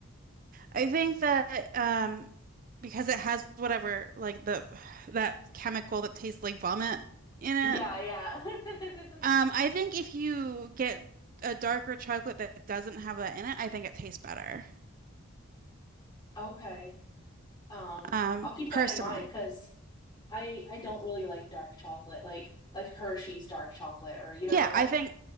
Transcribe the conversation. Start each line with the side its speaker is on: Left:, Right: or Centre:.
Right: I think that um, because it has whatever like the that chemical that tastes like vomit in it.
Left: Yeah, yeah. <laughs>
Right: Um, I think if you get a darker chocolate that doesn't have that in it, I think it tastes better.
Left: Okay. Um,
Right: Um,
Left: I'll keep that
Right: personally.
Left: in mind because I I don't really like dark chocolate, like like Hershey's dark chocolate or you
Right: Yeah,
Left: know, like
Right: I think